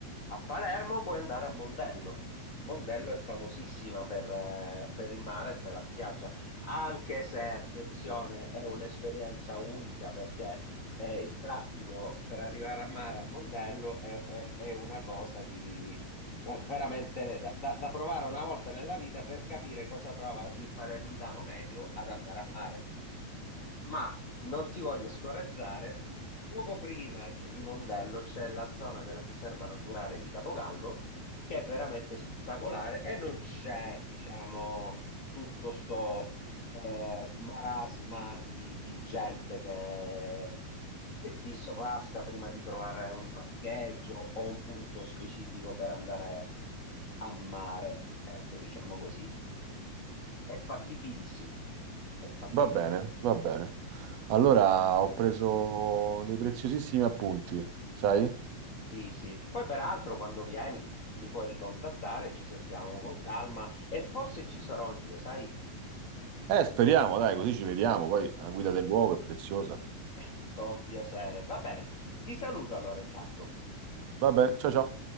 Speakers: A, on the left; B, on the right.
A: a Palermo puoi andare a Mondello. Mondello è famosissima per, eh, per il mare e per la spiaggia, anche se, attenzione, è un'esperienza unica perché eh, il traffico per arrivare a mare a Mondello è, è- è una cosa di ver- veramente da, da da provare una volta nella vita per capire cosa prova il palermitano medio ad andare a mare. Ma non ti voglio scoraggiare, poco prima di Mondello c'è la zona della riserva naturale di Capogallo che è veramente spettacolare e non c'è, diciamo, tutto sto eh, marasma di, di gente che, che ti sovrasta prima di trovare un parcheggio o un punto specifico per andare a mare. Ecco, diciamo così. È fattibilissimo. È fattibilissimo.
B: Va bene, va bene. Allora ho preso dei preziosissimi appunti, sai?
A: Sì, sì. Poi peraltro quando vieni mi puoi ricontattare, ci sentiamo con calma e forse ci sarò anch'io, sai?
B: Eh, speriamo, dai, così ci vediamo. Poi la guida del luogo è preziosa.
A: <laughs> Con piacere. Va bene, ti saluto allora intanto.
B: Va bene, ciao ciao.